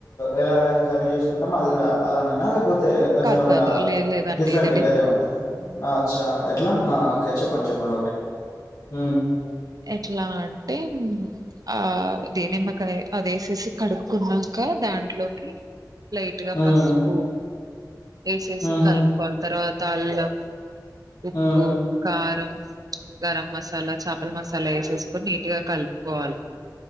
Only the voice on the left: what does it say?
ఎలాయితే కర్రీ చేసుకో ఉంటాం అది కూడా అలానైనా లేకపోతే కొంచెం
ఏమనా
డిఫరెంట్
వేరే ఉంటాయి అచ్చా ఎట్లా ఓకే చెప్పండి చెప్పండి ఓకే హ్మ్
హ్మ్.
హుహు.
హ్మ్.